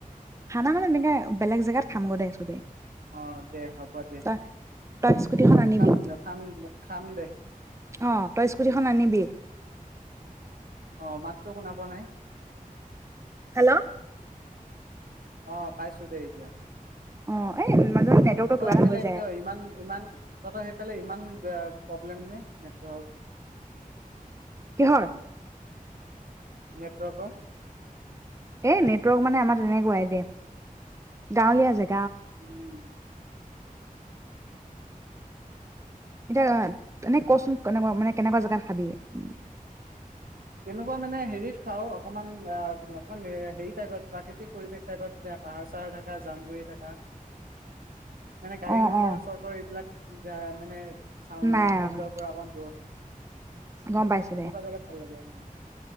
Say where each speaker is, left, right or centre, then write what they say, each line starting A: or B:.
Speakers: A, on the right (about 20°); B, on the right (about 75°).
A: খানা মানে এনেকে বেলেগ জেগাত খাম গ দেেই চবেই
B: অ দে হ'ব দে
A: তই তই স্কুটিখন আনিবি
B: খাম খাম খাম দে
A: অ তই স্কুটিখন আনিবি
B: অ মাতটো শুনা পোৱা নাই
A: হেল্ল'
B: অ পাইছোতে এতিয়া।
A: অ এই মাজে মাজে নেটৱৰ্কটো
B: তহতই
A: কিবা
B: সেইফালাই
A: এটা হৈ যায়
B: কিয় ইমান ইমান তহতই সেইফালাই ইমান এইটোবে প্ৰব্লেম নে প্
A: কিহৰ
B: নেটৱাকৰ।
A: এ নেটৱৰ্ক মানে আমাৰ তেনেকুৱাই দে গাঁৱলীয়া জেগা
B: উম
A: এতিয়া এনে কচোন কেনেকুৱা মানে কেনেকুৱা জোগাত খাবি উ
B: কেনেকুৱা মানে হেৰিত খাওঁ অকনমান আহ অকমান হেৰি টাইপত প্ৰাকৃতিক পৰিৱেশ টাইপত যে পাহাৰ চাহাৰ থকা জান জুৰি থকা মানে গাড়ী
A: অ
B: মটৰ
A: অ
B: চটৰ এইবিলাক মানে চাওঁ
A: নাই
B: শব্দৰ পৰা অকমান দূৰত
A: গম পাইছো
B: তেনেকুৱা
A: দে
B: জেগাত ভাল লাগে অ